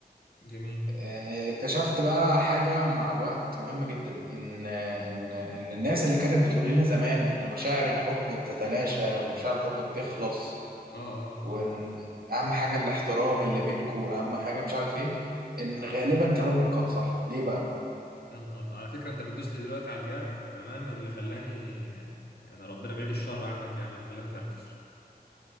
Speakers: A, on the left; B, on the right.
A: جميل
B: آه، اكتشفت بقى حاجه مع الوقت مهمه جدا ان آه، ان ان الناس اللي كانت بتقول لنا زمان ان مشاعر الحب بتتلاشى ومشاعر الحب بتخلص
A: اه اه
B: وان اهم حاجه الاحترام اللي بينكوا اهم حاجه مش عارف ايه ان غالبا كلامهم كان صح ليه بقى
A: يا نهار على فكرة انت بتدوس لي دلوقتي على الجرح تمام اللي خلاني يعني ربنا بعيد الشر عنك يعني اللي خلاني افركش